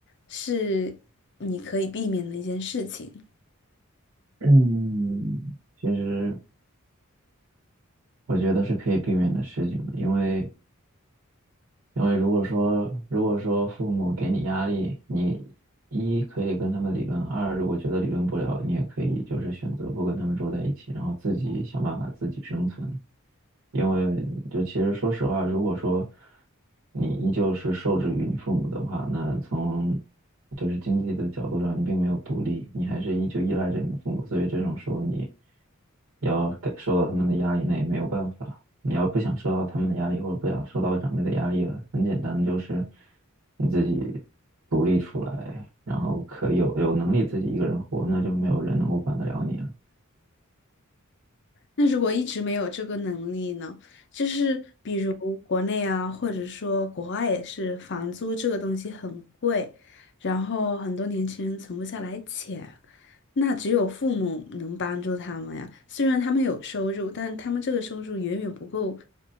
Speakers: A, on the left (about 55°); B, on the right (about 80°).
A: 是你可以避免的一件事情？
B: 嗯，其实我觉得是可以避免的事情的因为因为如果说如果说父母给你压力，你一可以跟他们理论，二如果觉得理论不了，你也可以就是选择不跟他们住在一起，然后自己想办法自己生存。因为就其实说实话，如果说你依旧是受制于你父母的话，那从就是经济的角度上，你并没有独立，你还是依旧依赖着你的父母，所以这种时候你要感受到他们的压力，那也没有办法。你要不想受到他们的压力，或者不想受到长辈的压力，很简单，就是你自己独立出来，然后可以有有能力自己一个人活，那就没有人能够管得了你了。
A: 那如果一直没有这个能力呢？就是比如国内啊，或者说国外也是，房租这个东西很贵，然后很多年轻人存不下来钱，那只有父母能帮助他们呀。虽然他们有收入，但他们这个收入远远不够